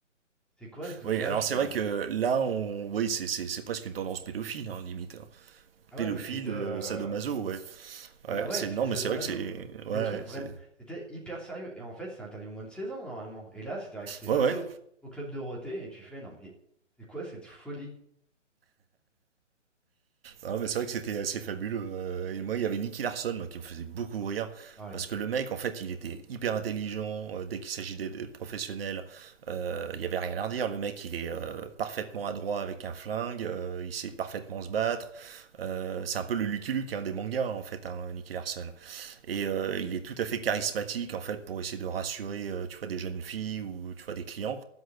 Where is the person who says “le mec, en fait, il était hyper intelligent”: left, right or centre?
Right